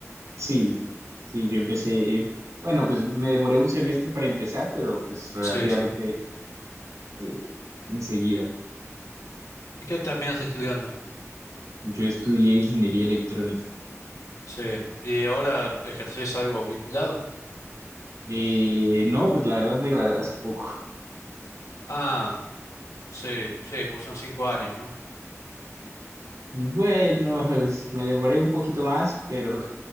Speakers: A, on the right; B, on the left.
A: Sí, sí, yo empecé, bueno, pues me demoré un semestre para empezar, pero pues relativamente
B: Sí, sí.
A: eh, enseguida.
B: ¿Y qué terminaste estudiando?
A: Yo estudié ingeniería electrónica.
B: Sí. ¿Y ahora ejercés algo vinculado?
A: Eh, no, pues la verdad me gradué hace poco.
B: Ah. Sí, sí, porque son cinco años, ¿no?
A: Bueno, es- me devoré un poquito más, pero,